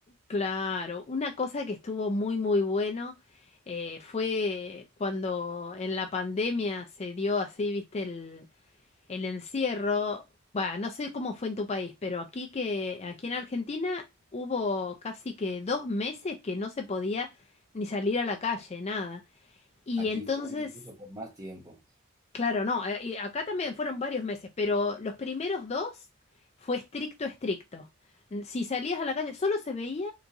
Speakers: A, on the left; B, on the right.
A: Claro, una cosa que estuvo muy muy bueno eh, fue cuando en la pandemia se dio así, viste, el, el encierro. Bueno, no sé cómo fue en tu país, pero aquí que, aquí en Argentina hubo casi que dos meses que no se podía ni salir a la calle, nada. Y
B: Aquí
A: entonces
B: fue incluso por más tiempo.
A: Claro, no, eh, y acá también fueron varios meses, pero los primeros dos fue estricto, estricto. N- Si salías a la calle, solo se veía